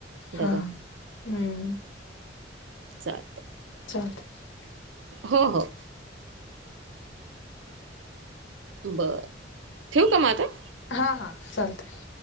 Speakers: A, on the left (about 85°); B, on the right (about 85°).
A: हा
B: डबल
A: हम्म,
B: सात,
A: <unintelligible>
B: हो-हो, बर ठेव का माता,
A: हा-हा चालतय,